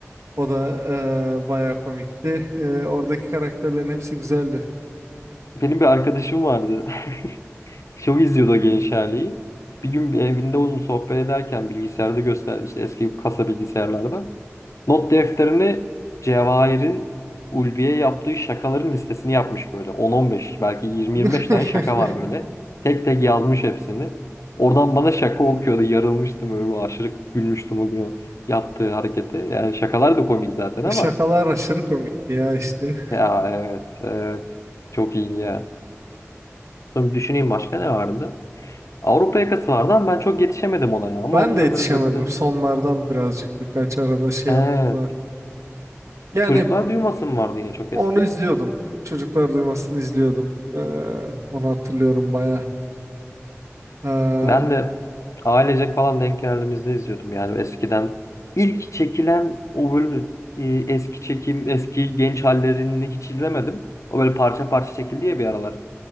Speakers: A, on the right; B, on the left.
A: o da ee, bayağı komikti. Ee, oradaki karakterlerin hepsi güzeldi.
B: Benim bir arkadaşım vardı. Show izliyordu o genç haliyi. Bir gün bir evinde onunla sohbet ederken bilgisayarda gösterdi işte eski kasa bilgisayarlarda. Not defterini Cevahir'in Ulvi'ye yaptığı şakaların listesini yapmış böyle. 10-15 belki 20-25
A: <laughs>
B: tane şaka var böyle. Tek tek yazmış hepsini. Oradan bana şaka okuyordu. Yarılmıştım öyle bu aşırı gülmüştüm o gün o yaptığı harekete. Yani şakalar da komik zaten ama
A: O şakalar aşırı komikti ya işte.
B: ya evet evet çok iyiydi ya. Sonra bir düşüneyim başka ne vardı? Avrupa yakası vardı ama ben çok yetişemedim ona ya. Ama
A: Ben
B: onun
A: de
B: da
A: yetişemedim.
B: böyle bölümlerin...
A: Sonlardan birazcık birkaç arada şey
B: Evet.
A: yaptım da. Yani
B: Çocuklar Duymasın vardı yine çok
A: onu
B: eski.
A: izliyordum. Çocuklar duymasını izliyordum. Ee, onu hatırlıyorum bayağı. Ee,
B: Ben de ailecek falan denk geldiğimizde izliyordum. Yani eskiden ilk çekilen o bölümü e, eski çekim, eski genç hallerini hiç izlemedim. O böyle parça parça çekildi ya bir aralar.